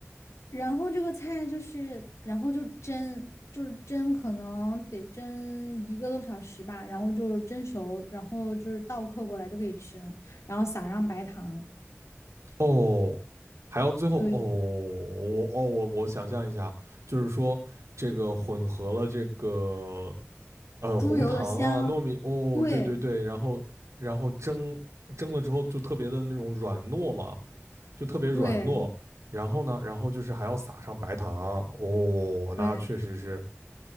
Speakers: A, on the left; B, on the right.
A: 然后这个菜就是然后就蒸。就是蒸，可能得蒸一个多小时吧，然后就是蒸熟，然后就是倒扣过来就可以吃了，然后撒上白糖。
B: 哦，还要最后哦，
A: 对，
B: 我哦我我想象一下，就是说这个混合了这个呃红糖啊糯米哦，
A: 猪油的香，对
B: 对对对，然后然后蒸蒸了之后就特别的那种软糯嘛。就特别软糯。
A: 对
B: 然后呢，然后就是还要撒上白糖哦，
A: 对
B: 那确实是，